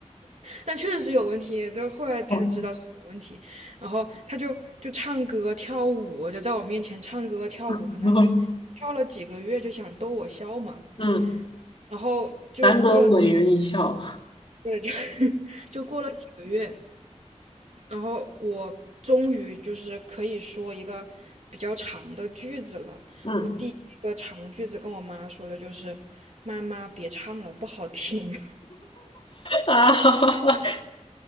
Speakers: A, on the right; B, on the left.
A: 但确实是有问题，就后来才知道是有问题。
B: 哦
A: 然后他就就唱歌跳舞，就在我面前唱歌跳舞，
B: <laughs>
A: 可能跳了几个月就想逗我笑嘛。
B: 嗯，
A: 然后就过了，
B: 难得美人一笑
A: 对，就 <laughs> 就过了几个月，然后我终于就是可以说一个比较长的句子了。
B: 嗯，
A: 我第一个长句子跟我妈说的就是：“妈妈，别唱了，不好听。”
B: 啊！<laughs> 哈哈哈，